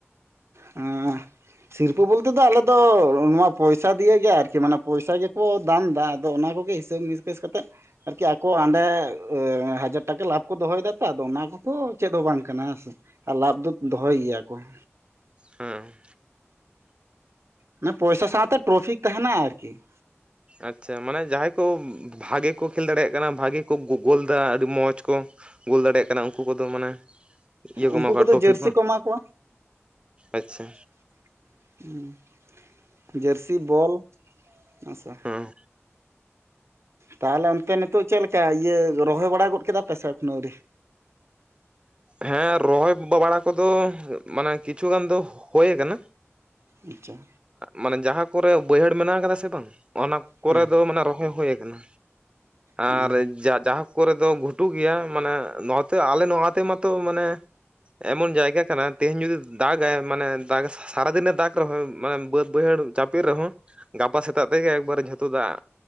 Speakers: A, on the right; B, on the right.
A: ᱟᱻ ᱥᱤᱨᱯᱟᱹ ᱵᱚᱞᱛᱮ ᱫᱚ ᱟᱞᱮᱫᱚ ᱱᱚᱣᱟ ᱯᱚᱭᱥᱟ ᱫᱤᱭᱟᱹ ᱜᱮ ᱟᱨᱠᱤ ᱢᱟᱱᱮ ᱯᱚᱭᱥᱟ ᱜᱮᱠᱚ ᱫᱟᱱ ᱮᱫᱟ ᱟᱫᱚ ᱚᱱᱟ ᱠᱚᱜᱮ ᱦᱤᱥᱟᱹᱵ ᱱᱤᱠᱟᱹᱥ ᱠᱟᱛᱮᱫ ᱟᱨᱠᱤ ᱟᱠᱚ ᱦᱟᱸᱰᱮ ᱦᱟᱡᱟᱨ ᱴᱟᱠᱟ ᱞᱟᱵᱷ ᱠᱚ ᱫᱚᱦᱚᱭᱮᱫᱟ ᱛᱚ ᱟᱫᱚ ᱚᱱᱟ ᱠᱚᱫᱚ ᱪᱮᱫ ᱦᱚᱸ ᱵᱟᱝ ᱠᱟᱱᱟ ᱦᱮᱸ ᱥᱮ ᱾ ᱟᱨ ᱞᱟᱵᱷ ᱫᱚ ᱫᱚᱦᱚᱭ ᱜᱮᱭᱟ ᱠᱚ ᱾
B: ᱦᱩᱸ,
A: ᱢᱟᱱᱮ ᱯᱚᱭᱥᱟ ᱥᱟᱶᱛᱮ ᱴᱨᱚᱯᱷᱤᱠ ᱛᱟᱦᱮᱱᱟ ᱟᱨᱠᱤ ᱾
B: ᱟᱪᱪᱷᱟ ᱢᱟᱱᱮ ᱡᱟᱦᱟᱸᱭ ᱠᱚ ᱵᱷᱟᱜᱮ ᱠᱚ ᱠᱷᱮᱞ ᱫᱟᱲᱮᱭᱟᱜ ᱠᱟᱱᱟ ᱵᱷᱟᱜᱮ ᱠᱚ ᱜᱳ ᱜᱳᱞ ᱫᱟ ᱟᱹᱰᱤ ᱢᱚᱸᱡᱽ ᱠᱚ ᱜᱳᱞ ᱫᱟᱲᱮᱭᱟᱜ ᱠᱟᱱᱟ ᱩᱱᱠᱩ ᱠᱚᱫᱚ ᱢᱟᱱᱮ ᱤᱭᱟᱹ ᱠᱚ
A: ᱩᱱᱠᱩ
B: ᱮᱢᱟ ᱠᱚᱣᱟ
A: ᱠᱚᱫᱚ
B: ᱴᱨᱚᱯᱷᱤ
A: ᱡᱟᱹᱨᱥᱤ ᱠᱚ ᱮᱢᱟ ᱠᱚᱣᱟ
B: ᱟᱪᱪᱷᱟ
A: ᱾ ᱡᱟᱹᱨᱥᱤ ᱵᱚᱞ ᱦᱮᱸᱥᱮ,
B: ᱦᱮᱸ
A: ᱛᱟᱦᱚᱞᱮ ᱚᱱᱛᱮ ᱱᱤᱛᱚᱜ ᱪᱮᱫ ᱞᱮᱠᱟ ᱤᱭᱟᱹ ᱨᱚᱦᱚᱭ ᱵᱟᱲᱟ ᱜᱚᱫ ᱠᱮᱫᱟ ᱯᱮ ᱥᱮ ᱮᱠᱦᱚᱱᱚᱣ ᱟᱹᱣᱨᱤ?
B: ᱦᱮᱸ ᱨᱚᱦᱚᱭ ᱵᱟᱲᱟ ᱠᱚᱫᱚ ᱢᱟᱱᱮ ᱠᱤᱪᱷᱩᱜᱟᱱ ᱫᱚ ᱦᱳᱭ ᱟᱠᱟᱱᱟ᱾
A: ᱟᱪᱪᱷᱟ,
B: ᱢᱟᱱᱮ ᱡᱟᱦᱟᱸ ᱠᱚᱨᱮ ᱵᱟᱹᱭᱦᱟᱹᱲ ᱢᱮᱱᱟᱜ ᱟᱠᱟᱫᱟ ᱥᱮ ᱵᱟᱝ ᱚᱱᱟ ᱠᱚᱨᱮ
A: ᱦᱮᱸ
B: ᱫᱚ ᱢᱟᱱᱮ ᱨᱚ ᱦᱳᱭ ᱦᱳᱭ ᱟᱠᱟᱱᱟ
A: ᱦᱮᱸ
B: ᱟᱨ ᱡᱟ ᱡᱟᱷᱟ ᱠᱚᱨᱮ ᱫᱚ ᱜᱷᱩᱴᱩ ᱜᱮᱭᱟ ᱢᱟᱱᱮ ᱱᱚᱛᱮ ᱟᱞᱮ ᱱᱚᱣᱟ ᱛᱮᱢᱟᱛᱚ ᱢᱟᱱᱮ ᱮᱢᱚᱱ ᱡᱟᱭᱜᱟ ᱠᱟᱱᱟ ᱛᱮᱦᱮᱧ ᱡᱩᱫᱤ ᱫᱟᱜᱟᱭ ᱢᱟᱱᱮ ᱫᱟᱜ ᱥᱟᱨᱟ ᱫᱤᱱᱮ ᱫᱟᱜᱽ ᱨᱮᱦᱚᱸ ᱢᱟᱱᱮ ᱵᱟᱹᱫ ᱵᱟᱹᱭᱦᱟᱹᱲ ᱪᱟᱯᱮᱜ ᱨᱮᱦᱚᱸ ᱜᱟᱯᱟ ᱥᱮᱛᱟᱜ ᱛᱮᱜᱮ ᱮᱠᱵᱟᱨᱮ ᱡᱷᱚᱛᱚ ᱫᱟᱜ